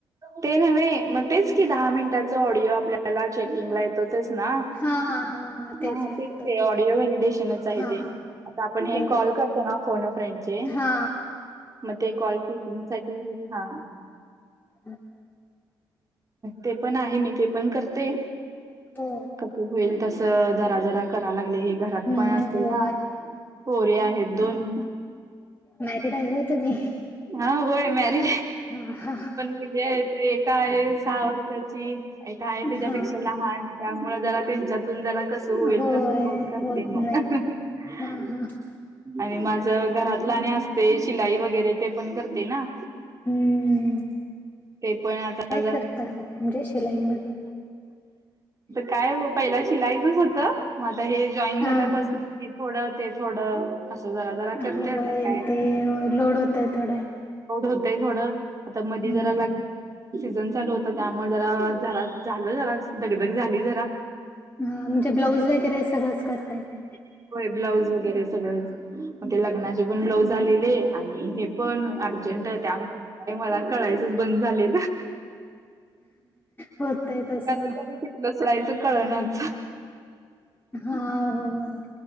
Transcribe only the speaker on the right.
ते नव्हे म तेच की दहा मिनटाचा ऑडिओ आपल्याला चेकिंगला येतो ना
हा
तेच
ते ऑडिओ व्हेडिडेशनच आहे
ते आता आपण हे
कॉल करतो ना फोन फ्रेंडचे
मग ते कॉल चेकिंग साठी हा
ते पण आहे मी ते पण करते
कधी होईल तस जरा जरा करा लागले, हे घरात
पण असते,
ना पोर्या आहेत दोन.
हा होय मॅरी
कली आहे एका आहे सहा वर्षाची ऐ काय त्याच्यापेक्षा
लहान त्यामुळ जरा त्यांच्यातून जरा कसं होईल
तसं मग करते
मग
अ
आणि माझ घरातल अन् असते शिलाई वगैरे ते पण करते ना
ते पण आता जा आ
काय पहिला शिलाईचच होतं मग आता हे जॉईन
झाल्यापासून
हे थोडं तेच थोडं असं जरा जरा करते
आता काय.
होतय थोडं आता मध्ये
जरा लग सीझन चालू होत त्यामुळे जरा जरा झालं, जरा धगधग झाली जरा.
ब्लाऊज वगैरे सगळं म्हणे लग्नाचे पण ब्लाउज आलेले आणि हे. पण अर्जंट त्यामुळे मला कळायचंच बंद झाले.
ते
करायचं आणि कुटलं सडायचं कळणच.